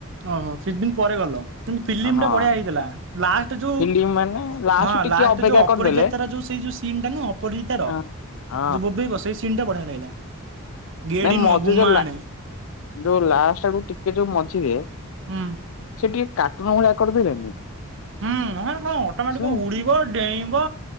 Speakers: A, on the right (about 55°); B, on the left (about 65°).
A: ଓହୋ କିଛି ଦିନ ପରେ ଗଲ କିନ୍ତୁ ଫିଲ୍ମଟା
B: ହଁ।
A: ବଢିଆ ହେଇଥିଲା ଲାଷ୍ଟ ଯୋଉ
B: ଫିଲ୍ମ ମାନେ
A: ହ ହଁ
B: ଟିକେ
A: ଲାଷ୍ଟ
B: ଅପେକ୍ଷା
A: ଯୋଉ ଅପରିଜିିତାର
B: କରିଦେଲେ
A: ଯୋଉ ସେଇ ଯୋଉ ସିନ୍ ଟା ନୁହଁ ଅପରିଜିତାର।
B: <unintelligible>
A: ଯୋଉ ବୋବେଇବ ସେଇ ସିନ୍ ଟା ବଢିଆ ଲାଗିଲା। ଗେଡି
B: ନାଇଁ
A: ନୁହଁ
B: ମଝିରେ
A: ଗୁମା
B: ଯୋଉ ଲା
A: ଆଣେ
B: ଯୋଉ ଲାଷ୍ଟ ଆଡକୁ ଟିକେ ଯୋଉ ମଝିରେ
A: ହୁଁ।
B: ସେ ଟିକେ କାଟୁନୁ ଭଳିଆ କରିଦେଲେନି।
A: ହୁଁ ହଁ କଣ ଅଟୋମେଟିକ
B: ସେ
A: ଉଡିବ ଡେଇଁବ